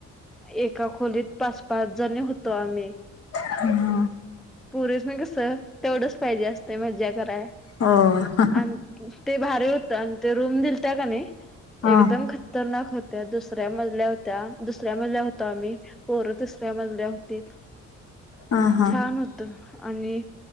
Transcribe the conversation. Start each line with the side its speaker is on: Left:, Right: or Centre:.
Centre: एका खोलीत पाच, पाच जणी होतो आम्ही.
Left: हां
Centre: पुरीसनी कसं, तेवढंच पाहिजे असतयं मज्जा कराय.
Left: हो हा
Centre: आणि ते भारी होत आणि ते रूम दिलत्या णी
Left: हा
Centre: एकदम खत तरनाक होत्या, दुसऱ्या मजल्यावर होत्या, दुसऱ्या मजल्यावर होतो आम्ही पोर तिसऱ्या मजल्यावर होतीत.
Left: हां हां
Centre: छान होतं आणि